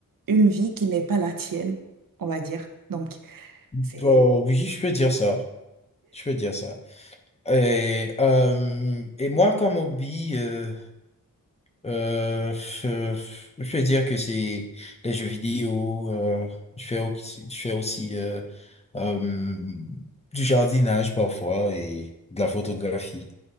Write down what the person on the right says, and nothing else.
une vie qui n'est pas la tienne, on va dire. Donc,
c'est...